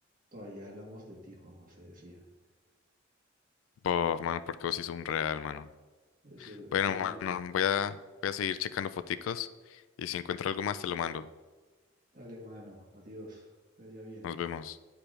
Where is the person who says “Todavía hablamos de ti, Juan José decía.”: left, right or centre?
Right